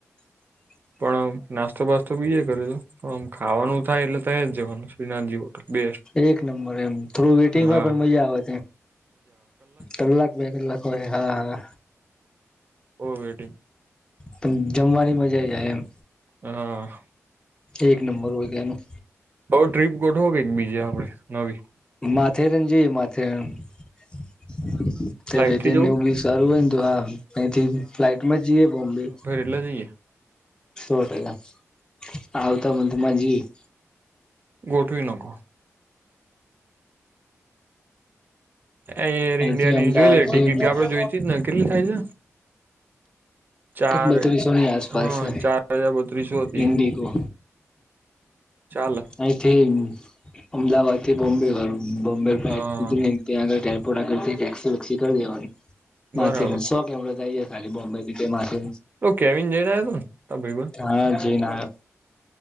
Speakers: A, on the left (about 15°); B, on the right (about 40°).
A: <inaudible>
B: પણ નાસ્તો બાસ્તો બીજે કરેલો આમ ખાવાનું થાય એટલે તય જવાનું શ્રીનાથજી હોટલ બેસ્ટ.
A: એક નંબર એમ થોડુ વેટિંગ
B: હા
A: હોય પણ મજા આવે. એમ કલાક, બે કલાક હોય હા હા.
B: બો વેટિંગ.
A: પણ જમવાની મજા જાય એમ.
B: હા.
A: એક નંબર હોય કેયાનું.
B: હવે ટ્રીપ ગોઠવો કઈક બીજે આપડે નવી.
A: માથેરન જઈએ માથેરન <unintelligible>
B: ફ્લાઇટ
A: વેદન
B: થી જવું
A: ઓગીસ સારું હોય ને તો હા અયથી ફ્લાઈટમાં જઈએ બોમ્બે
B: એકલા જઈએ
A: સો ટકા આવતા મથમાં જીયે.
B: ગોઠવી નાખો. એર
A: અહીંથી
B: ઇન્ડિયા ની
A: અમદાવાદથી
B: જોઈ લે ટિકિટ આપડે જોઈતી જ ને કેટલી થાય છે. ચાર
A: બત્રીસો ની આસપાસ
B: હા
A: છે
B: ચાર હજાર બત્રીસો હતી.
A: ઇન્ડિગો
B: ચાલે.
A: અયથી અમદાવાદ થી બોમ્બે હારું બોમ્બે ફ્લાઈટ
B: હા
A: હુધી નય. ત્યાં આગળ એરપોર્ટ આગળ થી ટેક્સી વેકક્ષી કર દેવાની
B: બરાબર
A: માથેરાન સો કેમેરો થાય. ખાલી બોમ્બ થી કય માથે
B: તો કેવીન જઈ આયો તો ને તારો ભઈબંધ
A: હા જયને આયો